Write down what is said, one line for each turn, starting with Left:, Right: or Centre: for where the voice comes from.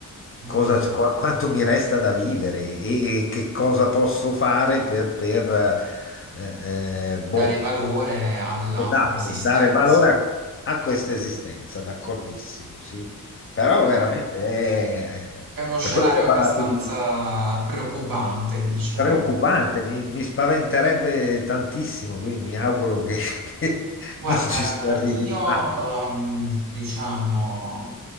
Right: Mhm.
Left: cosa, qua- quanto mi resta da vivere e, e che cosa posso fare per, per eh, eh, boh.
Right: Dare valore alla
Left: Esatto,
Right: propria esistenza.
Left: dare valore a, a questa esistenza, d'accordissimo, sì. Però
Right: Ok.
Left: veramente, eh, eh,
Right: È uno scenario
Left: per quello che ho
Right: abbastanza
Left: parlato di
Right: preoccupante, diciamo.
Left: preoccupante, mi, mi spaventerebbe tantissimo, quindi mi auguro che, <laughs> che
Right: Guarda,
Left: non ci si arrivi
Right: io
Left: mai.
Right: ehm, diciamo